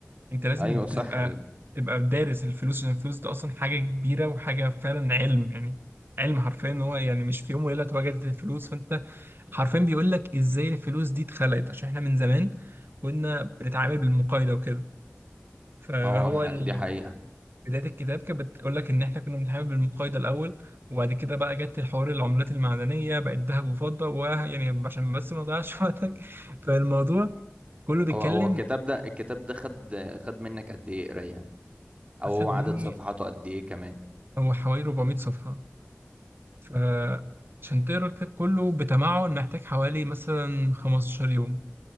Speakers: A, on the right; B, on the right.
A: انت لازم
B: ايوه
A: تبقى
B: صح ال-
A: تبقى دارس الفلوس عشان الفلوس دي اصلا حاجه كبيره وحاجه فعلا علم يعني علم حرفيا ان هو يعني مش في يوم وليله اتوجدت الفلوس فانت حرفيا بيقول لك ازاي الفلوس دي اتخلقت عشان احنا من زمان كنا بنتعامل بالمقايضه وكده فهو
B: هو ح...
A: ال-
B: دي حقيقة
A: بدايه الكتاب كانت بتقول لك ان احنا كنا بنتعامل بالمقايضه الاول وبعد كده بقى جت الحوار العملات المعدنيه بقت ذهب وفضه ويعني عشان بس ما اضيعش <laughs> وقتك فالموضوع كله بيتكلم
B: هو هو الكتاب ده الكتاب ده خد خد منك قد ايه قراية او
A: اخد
B: عدد
A: مني
B: صفحاته قد ايه كمان
A: هو حوالي 400 صفحه فعشان تقرا الكتاب كله بتمعن محتاج حوالي مثلا 15 يوم